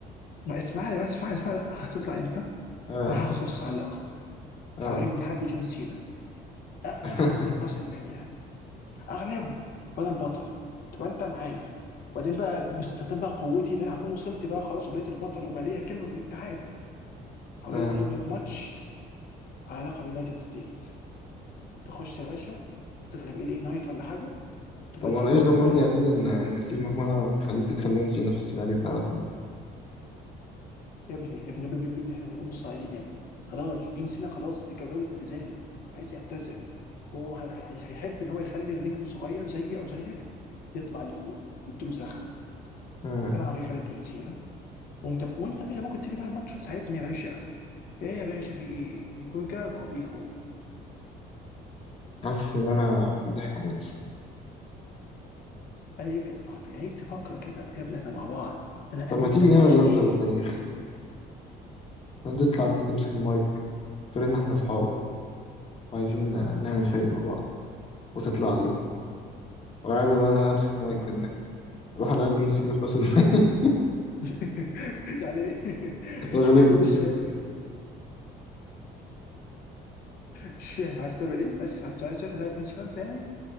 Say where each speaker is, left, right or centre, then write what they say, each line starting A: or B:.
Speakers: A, on the left; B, on the left.
A: ما اسمعني بس اسمعني اسمعني هتطلع انت
B: آه
A: انا هاخد فرصه على اللقب
B: آه
A: هغير من تحدي جون سينا اغلب
B: <laughs>
A: جون سينا في راس المانيا اغلبه وانا البطل تبقى انت معايا وبعدين بقى باستخدام بقى قوتي ان انا هكون وصلت بقى خلاص وبقيت البطل وبقى ليا كلمه في الاتحاد هغير
B: آه
A: طيب لك ماتش على لقب يونايتد ستيت تخش يا باشا تغلب ال اي نايت ولا حاجه تبقى
B: طب وأنا
A: انت البطل
B: إيش ضمني
A: معايا
B: يا دود إن إن ستيف ماكمان هيخليك تكسب جون سينا في السيناريو بتاع الأخر ده؟
A: يا ابني يا ابني يا ابني يا ابني احنا نجوم الصاعدين يا ابني خلاص جون سينا خلاص دي كانت جوله اعتزاله عايز يعتزل هو هي- هي- هي- هيحب ان هو يخلي نجم صغير زيي او زيك يطلع لفوق ويديله زخم
B: آه
A: فانا هجي غالب جون سينا وانت وانت يا باشا ممكن تيجي معايا الماتش وتساعدني يا باشا ايه يا باشا في ايه؟ ممكن رجاله بعضيها برضه
B: حاسس إن أنا بيضحك عليا
A: عيب يا صاحبي عيب تفكر كده يا ابني احنا مع بعض انا,
B: طب
A: أنا
B: ما
A: انت
B: تيجي
A: مالكش
B: نعمل
A: غيري
B: لقطة للتاريخ هنطلع انت تمسك المايك تقول ان احنا اصحاب وعايزين نعمل فريق مع بعض وتطلع لي وأقابل وانا امسك المايك منك اروح العب جون سينا في راس المال
A: <laughs> يعني إيه؟
B: <laughs>
A: <laughs>
B: واغلبه
A: مش فاهم مش فاهم عايز تعمل ايه بس عايز عايز تلعب نيوزيلندا يعني